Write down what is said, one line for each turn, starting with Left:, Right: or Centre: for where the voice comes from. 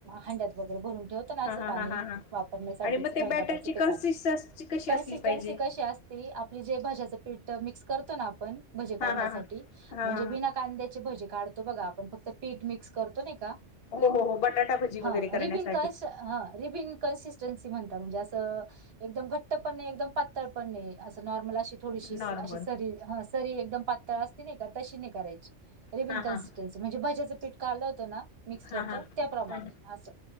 Right: हांड्यात वगैरे भरून ठेवत पण अस
Left: हा हा
Right: पाणी
Left: हा हा हा
Right: वापरण्यासाठी
Left: आणि मग
Right: स्वयंपाकच
Left: ते बॅटरची
Right: ते
Left: कन्सिस्टन्सी
Right: पाणी
Left: कशी
Right: कन्सिस्टन्सी
Left: असली पाहिजे
Right: कशी अस ते आपले जे भज्याच पीठ मिक्स करतो ना आपण भजे काढण्यासाठी
Left: हा हा हा हा
Right: म्हणजे बिना कांद्याची भजी काढतो बघा आपण फक्त पीठ मिक्स करतो नाही का
Left: हो हो हो बटाटा भजी
Right: हा
Left: वगैरे करण्यासाठी
Right: रिबीन कस ह रिबीन कन्सिस चॅनसी म्हणतात म्हणजे अस एकदम घट्ट पण नाही एकदम पातळ पण नाही अस नॉर्मल असे थोडीशी
Left: नॉर्मल
Right: अशी सरी ह सरी एकदम पातळ असते नाही का तशी नाही करायची रिबिन
Left: हा
Right: कन्सिस्टन्सी
Left: हा
Right: म्हणजे भज्याचं पीठ कालवतं ना मिक्स करतो
Left: हा हा हा
Right: त्याप्रमाणे असं